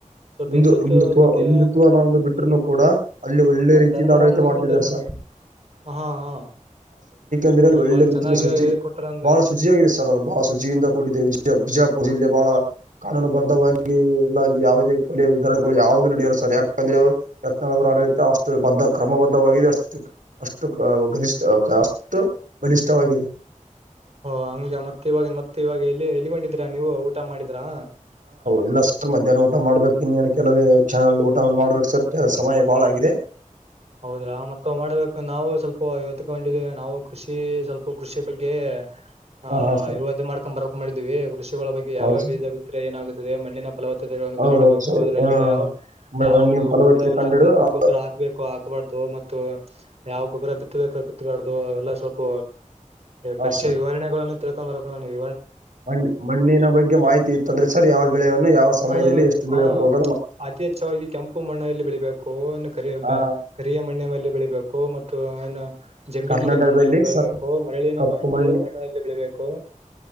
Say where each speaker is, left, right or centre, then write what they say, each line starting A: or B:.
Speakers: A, on the right; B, on the right.
A: ಸ್ವಲ್ಪ
B: ಹಿಂದು
A: ಹಿಂದುತ್ವ ಬಗ್ಗೆ
B: ಹಿಂದುತ್ವನ ಒಂದು ಬಿಟ್ರು ಕೂಡ ಅಲ್ಲಿ ಒಳ್ಳೆ ರೀತಿಯಿಂದ
A: ಧರ್ಮ
B: ಆಡಳಿತ
A: ಒಂದು ಹಂದುತ್
B: ಮಾಡ್ತಿದ್ದಾರೆ
A: ಹಾ
B: ಸರ್
A: ಹಾ
B: ಂದ್ರಲ್ಲಿ
A: ಹೌದ
B: ಒಳ್ಳೆ
A: ಬಾಳ
B: ರೀತಿನ
A: ಚೆನ್ನಾಗಿ
B: ಶುಚಿ
A: ಹೇಳ್ಕೊಟ್ರ ಅಂದ
B: ಬಹಳ
A: ಆಯ್ತು
B: ಶುಚಿಯಾಗಿದೆ ಸರ್ ಅದು ಬಹಳ ಶುಚಿಯಿಂದ ಕೂಟ್ಟಿದೆ ಬಿಜಾಪುರ ಜಿಲ್ಲ ಬಹಳ ಕಾನೂನುಬದ್ಧವಾಗಿ ಇಲ್ಲಲ್ಲಿ ಯಾವುೇ ಕೊಲೆ ದರಡು ಯಾವುದು ನಡೆಯರು ಸರ್ ಯಾಕಂದ್ರೆ ಯತ್ನಾಳ್ರು ಆಡಳಿತ ಅಷ್ಟು ಬದ್ದ ಕ್ರಮಬದ ಅಷ್ಟು ಅಷ್ಟು ಗನಷ್ಠ ಅಷ್ಟು ಗನಷ್ಠವಾಗಿದೆ
A: ಹಓ ಹಂಗಗ ಮತ್ತೆ ಇವಾಗ ಮತ್ತೆ ಇವಾಗ ಎಲ್ಲಿ ಎಲ್ಲಿಗೊಂಡಿದೀರ ನೀವು ಊಟ ಮಾಡಿದರಾ
B: ಇಲ್ಲ ಸರ್ ಮಧ್ಯಾಹ್ನ ಊಟ ಮಾಡ್ಬೇಕು ಇನ್ನೇನು ಕೆಲವೇ ಕ್ಷಣಗಳಲ್ಲಿ ಊಟವನ್ನು ಮಾಡ್ಬೇಕು ಸರ್ ಸಮಯ ಬಾಳಾಗಿದೆ
A: ಹೌದ್ರಾ ಮತ್ತ ಮಾಡ್ಬೇಕ ನಾವು ಸ್ವಲ್ಪ ಇವತ್ತು ಗೊಂಡಿದ ನಾವು ಕೃಷಿ ಸ್ವಲ್ಪ ಕೃಷಿ ಬಗ್ಗೆ ಆಹ್
B: ಹಾ ಹಾ ಸರ್
A: ಇಾದ ಮಾಡ್ಕೊಂಡ್ ಬರ ಮಾಡಿದೀವಿ ಕೃಷಿಗಳ ಬಗ್ಗೆ
B: ಹೌದು
A: ಯಾವ
B: ಸರ್
A: ಬೀಜಭಿಿಕ್ರ ಏನಾಗುತ್ತದೆ ಮಣ್ಣಿನ ಫಲ
B: ಹೌದೌದು
A: ಕಿಡಬೇಕು
B: ಸರ್
A: ಅದರಲ್ಲಿ
B: ಹ
A: ಯಾವ
B: ಮಣ್ಣಿನ
A: ಯಾವ
B: ಫಲವತ್ತತೆ
A: ಗೊಬ್ಬರವನ್ನು
B: ಕಂಡುಹಿಡಿದು
A: ಹಾಕ್ಬೇಕು
B: ಹಾ
A: ಗೊಬ್ಬರ ಹಾಕ್ಬೇಕು ಹಾಕಬಾರ್ದು ಮತ್ತು ಯಾವ ಗೊಬ್ಬರ ಬಿತ್ತಬೇಕು ಬಿತ್ತಬಾರ್ದು ಅವೆಲ್ಲ ಸ್ವಲ್ಪ ಪರಿಚಯ
B: ಸರ್
A: ವಿವಹರಣೆಗಳನ್ನು ತಿಳ್ಕೊಂಡ್ರಕೋಣ ನೀವು
B: ಮಣ್ಣ ಮಣ್ಣಿನ ಬಗ್ಗೆ ಮಾಹಿತಿ ಇತ್ತಂದ್ರೆ ಸರ್ ಯಾವ ಬೆಳೆಯನ್ನ ಯಾವ ಸಮಯದಲ್ಲಿ
A: ಅದು
B: ಎಷ್ಟು ಬೆಳೆ
A: ಹ
B: ಹೋಗ
A: ಅತಿ ಹೆಚ್ಚವಾಗಿ ಕೆಂಪು ಮಣ್ಣಲ್ಲಿ ಬೆಳಿಬೇಕುನ್ನು ಕರಿಬ
B: ಆ
A: ಹರಿಯ ಮಣ್ಣ ಮೇಲೆ ಬೆಳಿಬೇಕು ಮತ್ತು ನನು ಜಂಬತಿಿಗೆ
B: ಕರ್ನಾಟಕದಲ್ಲಿ
A: ಮಣ್ಣಲ್ಲಿ ಬೆಳಬೇಕು
B: ಸರ್
A: ಮರಳಿನ
B: ಕಪ್ಪು
A: ಮರಳಿನ
B: ಮಣ್ಣು
A: ಮಣ್ಣಲ್ಲಿ ಬೆಳಬೇಕು